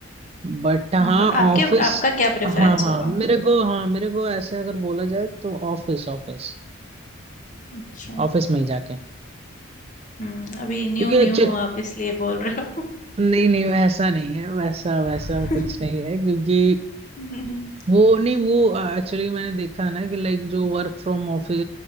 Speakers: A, on the right; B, on the left.
A: बट हाँ
B: हम्म बट आपके
A: ऑफिस
B: आपका क्या प्रेफरेंस
A: हाँ हाँ
B: होगा
A: मेरे को हाँ मेरे को ऐसे अगर बोला जाए तो ऑफिस ऑफिस
B: अच्छा
A: ऑफिस में ही जाके
B: हम्म अभी न्यू
A: क्योंकि अच्छे
B: न्यू हो आप इसलिए बोल रहे
A: नहीं नहीं वैसा नहीं है वैसा वैसा
B: हो
A: कुछ
B: <laughs>
A: नहीं है क्योंकि
B: हुँ, हुँ,
A: वो नहीं वो एक्चुअली मैंने देखा है ना कि लाइक जो वर्क फ्रॉम ऑफिस